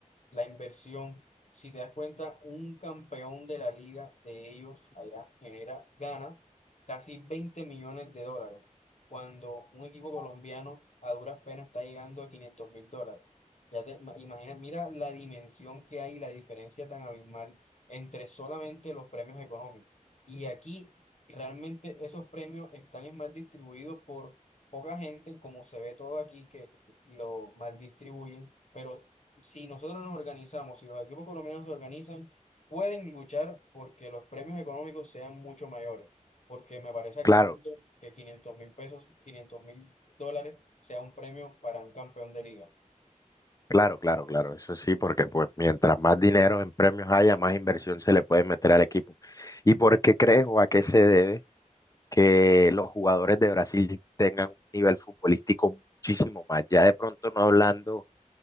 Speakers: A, on the left; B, on the left.
A: la inversión. Si te das cuenta, un campeón de la liga de ellos allá genera, gana casi 20 millones de dólares, cuando un equipo colombiano a duras penas está llegando a 500 mil dólares. Ya te ma- imaginas, mira la dimensión que hay, la diferencia tan abismal entre solamente los premios económicos. Y aquí realmente esos premios están es más distribuidos por poca gente, como se ve todo aquí que lo mal distribuyen, pero si nosotros nos organizamos, si los equipos colombianos se organizan, pueden luchar porque los premios económicos sean mucho mayores. Porque me parece absurdo
B: Claro,
A: que 500 mil pesos, 500 mil dólares sea un premio para un campeón de liga.
B: claro, claro, claro, eso sí, porque pues mientras más dinero en premios haya, más inversión se le puede meter al equipo. ¿Y por qué crees o a qué se debe que los jugadores de Brasil tengan un nivel futbolístico muchísimo más? Ya de pronto no hablando